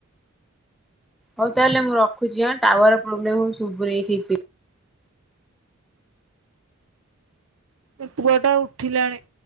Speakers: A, in the centre; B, on the right (about 75°).
A: ହଉ ତାହେଲେ ମୁଁ ରଖୁଛିହେଁ ଟାୱାର ର ପ୍ରୋବ୍ଲେମ ହଉଛି ସୋବୁନି ଠିକ ସେ।
B: ଏ ପୁଅ ଟା ଉଠିଲାଣି।